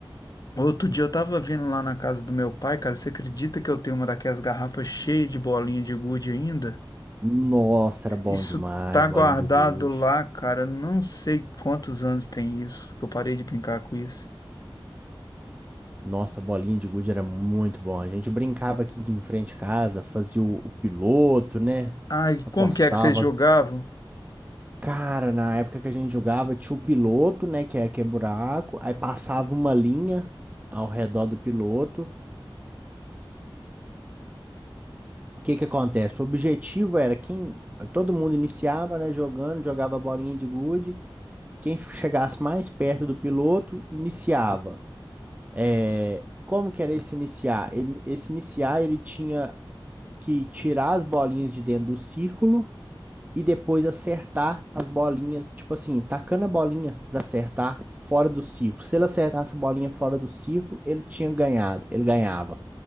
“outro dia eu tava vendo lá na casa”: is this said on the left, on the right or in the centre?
Left